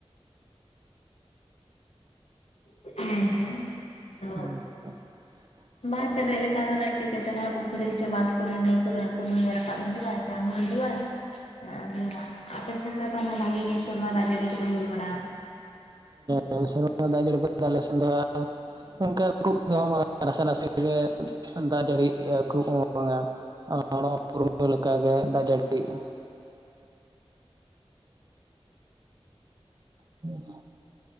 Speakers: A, on the left; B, on the right.
A: ᱦᱮᱸ ᱟᱫᱚ
B: <unintelligible>
A: ᱵᱟᱭ ᱯᱮᱨᱮᱜ ᱞᱮᱠᱷᱟᱱ ᱫᱚ ᱱᱟᱹᱭ ᱪᱤᱠᱟᱹᱛᱮ ᱱᱟᱦᱟᱸᱜ ᱯᱩᱠᱷᱨᱤ ᱥᱮ ᱵᱟᱸᱫᱽ ᱠᱚᱨᱮ ᱱᱟᱹᱭ ᱠᱚᱨᱮ ᱦᱟᱹᱠᱩᱢ ᱨᱟᱠᱟᱵ ᱦᱤᱡᱩᱜᱼᱟ ᱥᱮ ᱟᱸᱜᱚᱲ ᱦᱤᱡᱩᱜᱼᱟ᱾ ᱟᱫᱚ ᱦᱟᱸᱜ ᱟᱯᱮᱥᱮᱱ ᱫᱚ ᱛᱟᱦᱚᱞᱮ ᱵᱷᱟᱹᱜᱤ ᱜᱮ ᱥᱮᱨᱢᱟ ᱫᱟᱜᱽ ᱡᱟᱹᱲᱤ ᱠᱚᱫᱚ ᱦᱩᱭ ᱠᱟᱱᱟ?
B: ᱦᱮᱸ ᱥᱮᱨᱢᱟ ᱫᱟᱜᱽ ᱡᱟᱹᱲᱤ ᱠᱚᱫᱚ ᱟᱞᱮ ᱥᱮᱱ ᱫᱚ ᱚᱱᱠᱟ <unintelligible> ᱱᱟᱥᱮ ᱱᱟᱥᱮ ᱜᱮ ᱫᱟᱜᱽ ᱡᱟᱹᱲᱤᱭᱮᱜᱼᱟ ᱠᱩᱵ ᱦᱚᱸ ᱵᱟᱝᱟ᱾ ᱦᱚᱲ ᱩᱯᱨᱩᱢ ᱠᱚ ᱞᱮᱠᱟᱜᱮ ᱫᱟᱜᱽ ᱡᱟᱹᱲᱤᱭᱮᱜᱼᱟ᱾ ᱦᱩᱸ